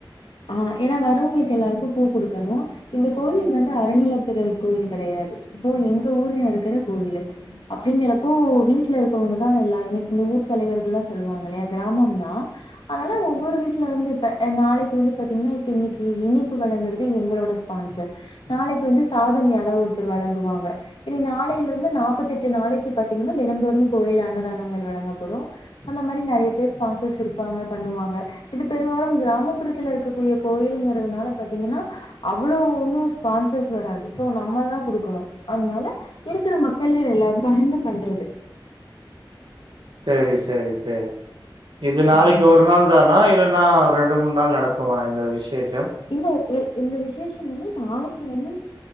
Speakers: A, on the left; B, on the right.
A: ஆ ஏனா வரவங்களுக்கு எல்லாருக்கு பூ குடுக்கணு இந்த கோயில் வந்து அறநிலத்துற கோயில் கெடையாது சோ எங்க ஊர்ல இருக்குற கோயிலு அப்டிங்கறப்போ வீட்ல இருக்கவங்கதா எல்லாருமே இந்த ஊர் தலைவர்கள்லா சொல்லுவாங்க இல்லயா கிராமம் தா அனால ஒவ்வொரு வீட்லருந்து இப்ப ஆ நாளைக்கு வந்து பாத்திங்னா இப்ப இன்னைக்கு இனிப்பு வழங்குறது எங்களோட ஸ்பான்சர் நாளைக்கு வந்து சாதம் யாரோ ஒருத்தர் வழங்குவாங்க இனி நாளைலந்து நாப்பத்தெட்டு நாளைக்கு பாத்தீங்கன்னா தினமந்தோறும் கோயில் அன்னதானங்கள் வழங்கப்படும் அந்த மரி நறய பேர் ஸ்பான்சர்ஸ் இருப்பாங்க பண்ணுவாங்க இது பெரு வாரம் கிராமப்புறத்து ல இருக்க கூடிய கோயிலுங்கிறதுனால பாத்தீங்கன்னா அவ்ளோ ஒன்னு ஸ்பான்சஸ் வராது சோ நம்ம தா குடுக்கணு அதனால இருக்கற மக்கள்கள் எல்லாரு பகிர்ந்து பண்றது
B: சேரி சேரி சேரி இது நாளைக்கு
A: ம்
B: ஒரு நாள் தானா இல்ல னா ரெண்டு மூணு நாள் நடக்குமா இந்த விஷேஷ
A: இல்ல இ இந்த விசேஷம் வந்து நாளைக்கு வந் து